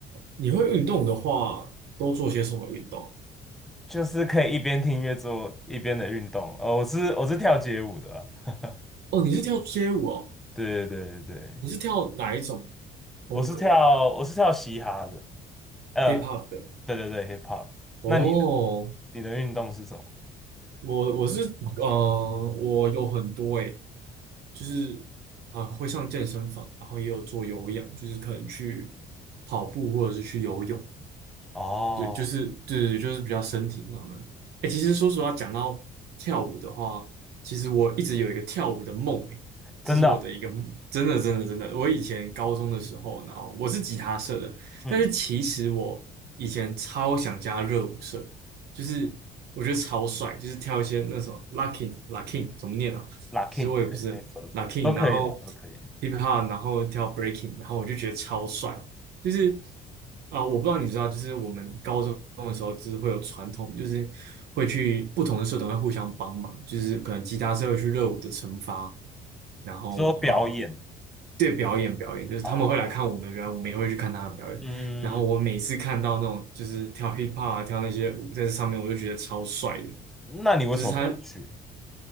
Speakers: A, on the right (about 70°); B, in the centre.
A: 你会运动的话，都做些什么运动？
B: 就是可以一边听音乐做一边的运动。呃，我是我是跳街舞的啦，
A: 哦，你是跳街舞哦？
B: <laughs> 对对对对，
A: 你是跳哪一种风格的
B: 我是跳我是跳嘻哈的，呃，
A: ？hip hop 的？
B: 对对对，hip hop。
A: 哦，
B: 那你的你的运动是什么？
A: 我我是呃，我有很多诶，就是啊，会上健身房，然后也有做有氧，就是可能去跑步或者是去游泳。
B: 哦，
A: 对，就是对对对，就是比较身体上面。哎，其实说实话，讲到跳舞的话，其实我一直有一个跳舞的梦，哎，
B: 真的哦
A: 这是我的一个梦真的真的真的。我以前高中的时候，然后我是吉他社的，
B: 嗯
A: 但是其实我以前超想加热舞社，就是我觉得超帅，就是跳一些那什么 locking locking 怎么念啊？
B: l u c
A: 其实我也不是
B: k y 对，没错，
A: locking，
B: 都可以啦，
A: 然后
B: 都可以。
A: hip hop，然后跳 breaking，然后我就觉得超帅。就是啊、我不知道你知道，就是我们高中的时候，就是会有传统，就是会去不同的社团会互相帮忙，就是可能其他社会去热舞的惩罚，然后啊、
B: 你说表演？
A: 呃对表演表演，就是他们会来看我们的表演，
B: 哦，
A: 我们也会去看他的表演。
B: 嗯，
A: 然后我每次看到那种就是跳 hip hop 啊，跳那些舞在这上面，我就觉得超帅的，
B: 那你为什么没有去？
A: 就是他